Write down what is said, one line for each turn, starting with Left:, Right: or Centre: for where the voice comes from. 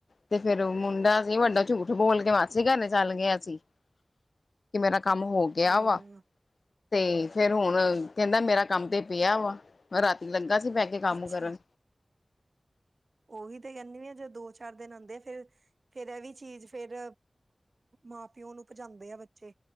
Left: ਤੇ ਫੇਰ ਮੁੰਡਾ ਸੀ ਵੱਡਾ ਝੂਠ ਬੋਲ ਕੇ ਮਾਸੀ ਘਰ ਨੂੰ ਚੱਲ ਗਿਆ ਸੀ ਕਿ ਮੇਰਾ ਕੰਮ ਹੋ ਗਿਆ
Right: ਹਮ
Left: ਵਾ ਤੇ ਫੇਰ ਹੁਣ ਕਹਿੰਦਾ ਮੇਰਾ ਕੰਮ ਤੇ ਪਿਆ ਵਾ ਮੈਂ ਰਾਤੀ ਲੱਗਾ ਸੀ ਪੈ ਕੇ ਕੰਮ ਕਰਨ,
Right: ਅੱਛ ਉਹੀ ਤੇ ਕਹਿੰਦੀ ਆਂ ਜੋ ਦੋ ਚਾਰ ਦਿਨ ਆਉਂਦੇ ਆ ਫੇਰ ਫੇਰ ਇਹ ਵੀ ਚੀਜ਼ ਫੇਰ ਮਾਂ ਪਿਓ ਨੂੰ ਭਜਾਉਂਦੇ ਆ ਬੱਚੇ